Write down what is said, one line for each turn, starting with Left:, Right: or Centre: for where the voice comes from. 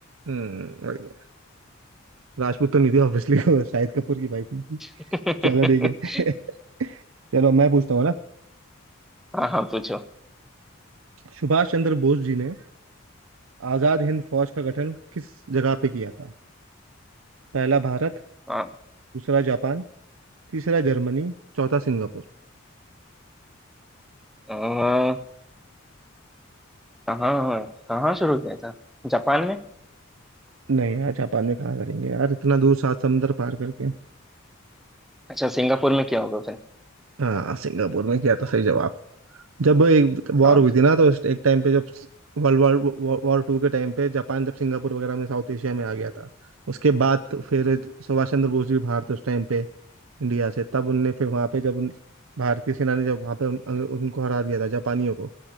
Right: हम्म वही। राजपूत तो नहीं थी ऑब्वियसली <laughs> वो शाहिद कपूर की वाइफ थी
Centre: हाँ।
Right: चलो ठीक
Centre: <laughs>
Right: है <laughs> चलो मैं पूछता हूँ ना
Centre: हाँ हाँ पूछो
Right: सुभाष चंद्र बोस जी ने आजाद हिंद फौज का गठन किस जगह पे किया था पहला भारत
Centre: हाँ
Right: दूसरा जापान तीसरा जर्मनी चौथा सिंगापुर
Centre: अह, कहाँ कहाँ शुरू किया था जापान में
Right: नहीं यार जापान में कहाँ करेंगे यार इतना दूर सात समंदर पार करके
Centre: अच्छा सिंगापुर में किया होगा फिर
Right: हाँ सिंगापुर में किया था सही जवाब जब एक वॉर
Centre: हाँ
Right: हुई थी ना तो उस एक टाइम पे जब वर्ल्ड वॉर वॉर टू के टाइम पे जापान जब सिंगापुर वगैरह में साउथ एशिया में आ गया था उसके बाद तो फिर सुभाष चंद्र बोस भी बाहर थे उस टाइम पे इंडिया से तब उनने फिर वहाँ पे जब उन- भारतीय सेना ने जब वहाँ पे उन, उनको हरा दिया था जापानियों को